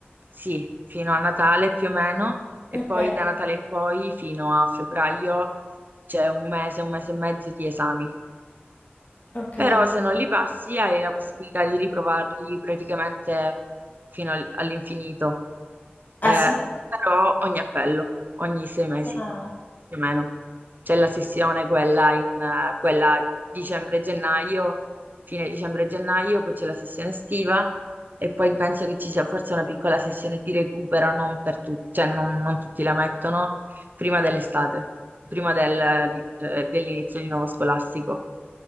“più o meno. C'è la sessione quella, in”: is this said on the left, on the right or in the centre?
Right